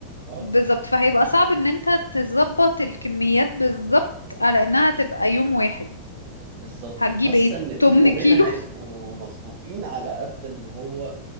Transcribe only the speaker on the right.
اه
بالظبط
فحاسة
ان في
يومين
هيبقوا مظبوطين على قد ان هو